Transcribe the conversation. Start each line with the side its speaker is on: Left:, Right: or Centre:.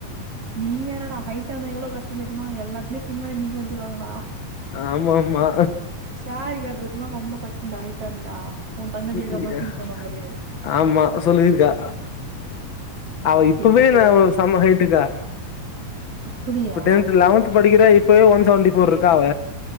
Right: நீ வேற டா ஹைட்டா இருந்தா எவ்ளோ கஷ்டோ தெரியுமா எல்லாத்திலியு பின்னாடி நிக்க வெச்சிருவாங்கடா
Left: ஆமாம்மா
Right: சாரி கட்றதுன்னா ரொம்ப கஷ்டோண்டா ஹைட்டா இருந்தா உ தங்கச்சிக்கு
Left: <unintelligible>
Right: அப்றோ ஃபீல் பண்ணுவா பாரு
Left: ஆமா சொல்லுங்கக்கா அவ இப்பமே
Right: இப்ப தெரியாது
Left: நா ஒரு செம ஹைட்டு கா
Right: அப்டியா
Left: இப்ப டென்த் லெவன்த் படிக்கிற இப்பவே ஒன் செவன்டி ஃபோர் இருக்கா அவ